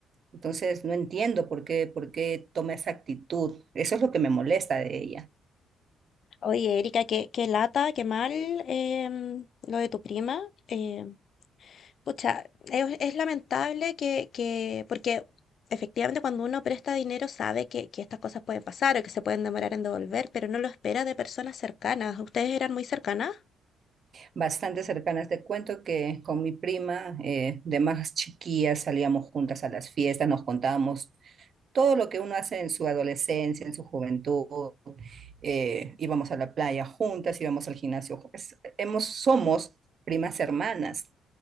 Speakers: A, on the right; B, on the left.
A: Entonces no entiendo por qué, por qué toma esa actitud. Eso es lo que me molesta de ella.
B: Oye, Erika, qué, qué lata, qué mal em, lo de tu prima. em, pucha, es, es lamentable que, que, porque efectivamente cuando uno presta dinero sabe que, que estas cosas pueden pasar o que se pueden demorar en devolver, pero no lo espera de personas cercanas. ¿Ustedes eran muy cercanas?
A: Bastante cercanas te cuento que con mi prima eh, de más chiquillas salíamos juntas a las fiestas, nos contábamos todo lo que uno hace en su adolescencia, en su juventud, eh, íbamos a la playa juntas, íbamos al gimnasio, juntas. hemos, somos primas hermanas.